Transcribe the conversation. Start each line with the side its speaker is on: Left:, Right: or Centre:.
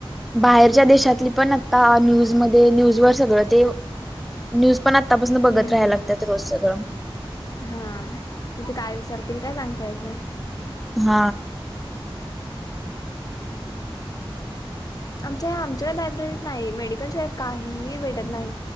Centre: बाहेरच्या देशातली पण आता न्यूजमध्ये न्यूज वर सगळं ते न्यूज पण आतापासून
Left: हम्म
Centre: बघत राहाय
Left: हम्म
Centre: लागतात रोज सगळं.
Left: हा तिथे काय विचारतील काय सांगता येत ना.
Centre: हा
Left: आमच्या ह्या आमच्या लायब्ररीत नाही मेडिकलशिवाय काहीही भेटत नाही